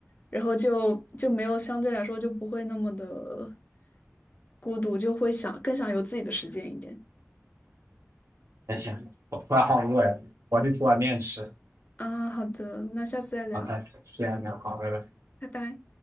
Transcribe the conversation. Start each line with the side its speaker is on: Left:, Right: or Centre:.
Left: 然后就就没有相对来说就不会那么的孤独，就会想更想有自己的时间一点。
Right: 那行，我突然好饿呀，我得煮碗面吃。
Left: 啊，好的，那下次再聊，
Right: 好的，先聊，好，拜拜。
Left: 拜拜。